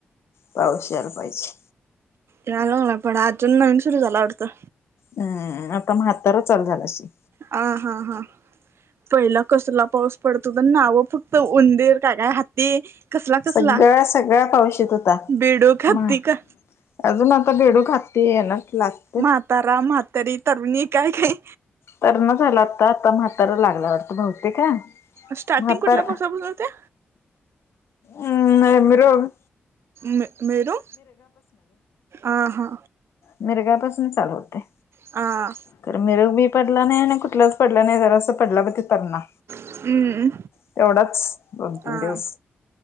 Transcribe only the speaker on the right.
याला लागला पण अजून नाही सुरू झाला वाटंत.
आ, हा, हा. पहिला कसला पाऊस पडतो, तर नावं फक्त उंदीर का काय हत्त ते कसला -कसला
बेडुक, हत्ती
का
म्हातारा, म्हातारी, तरुणी काय -काय
स्टार्टिंग
कुठल्या पासुन ब होते?
मे, मे रो, आ हा
आ,
हम्म
हा